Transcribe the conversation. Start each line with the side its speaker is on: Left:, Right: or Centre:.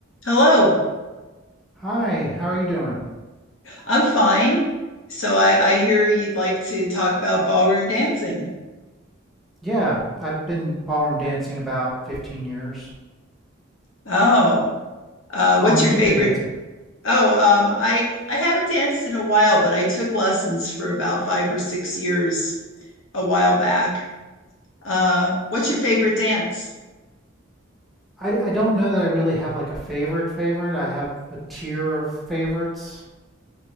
Left: Hello,
Centre: Hi, how are you doing?
Left: I'm fine. So I, I hear you'd like to talk about ballroom dancing.
Centre: Yeah, I've been ballroom dancing about 15 years.
Left: Oh, uh,
Centre: How
Left: what's
Centre: long have
Left: your
Centre: you
Left: favorite?
Centre: been dancing?
Left: Oh, um, I I haven't danced in a while, but I took lessons for about five or six years a while back. Uh, what's your favorite dance?
Centre: I, I don't know that I really have like a favorite favorite. I have a tier of favorites.